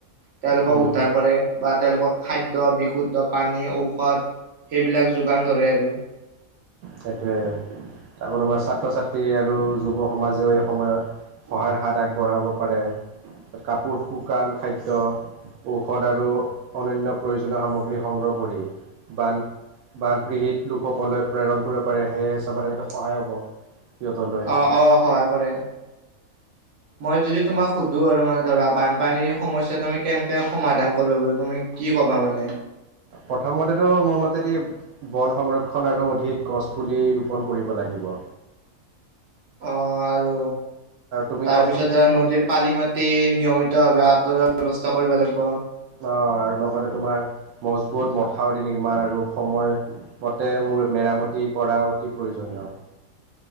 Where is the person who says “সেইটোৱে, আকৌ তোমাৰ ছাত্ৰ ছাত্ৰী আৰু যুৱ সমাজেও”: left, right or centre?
Right